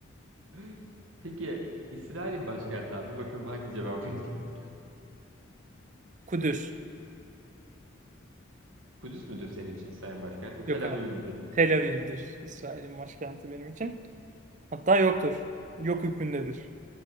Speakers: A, on the right; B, on the right.
A: <laughs> Peki İsrail'in başkenti abi bakalım hangi cevap vereceksin? <laughs>
B: Kudüs.
A: Kudüs müdür senin için İsrail'in başkenti?
B: Yok
A: Tel
B: abi.
A: Aviv midir?
B: Tel Aviv'dir. İsrail'in başkenti benim için. Hatta yoktur. Yok hükmündedir.